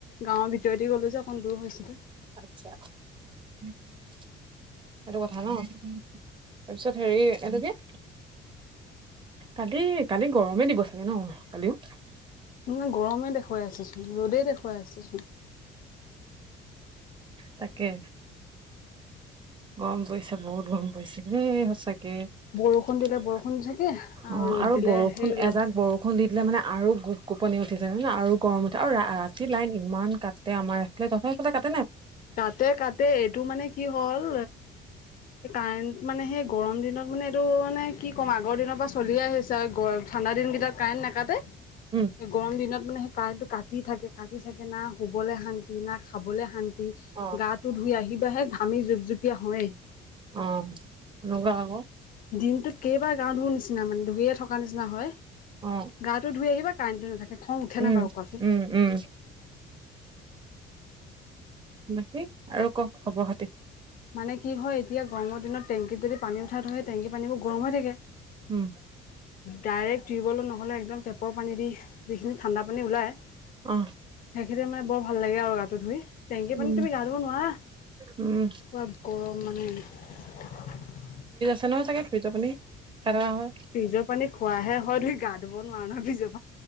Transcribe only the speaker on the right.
আচ্ছা সেইটো কথা ন। তাৰপিছত হেৰি এইটো কি? কালি কালি গৰমেই দিব চাগে ন কালিও?
তাকে গৰম পৰিছে বহুত গৰম পৰিছে দেই সঁচাকে।
কে
অ
আৰু
বৰষুণ
এজাক বৰষুণ দি দিলে মানে আৰু গোপ গোপনি উঠি যায় ন আৰু গৰম উঠে আৰু ৰাতি লাইন ইমান কাটে আমাৰ এইফালে তহঁতৰ সেইফালে কাট
উম
অ
অ এনেকোৱা আকৈ।
অ
উম
উম উম বাকী আৰু কওক খবৰ খাতি।
উম
অঁ
উম
উম
এনেও চাগে ফ্ৰীজৰ পানী খাই থকা হয়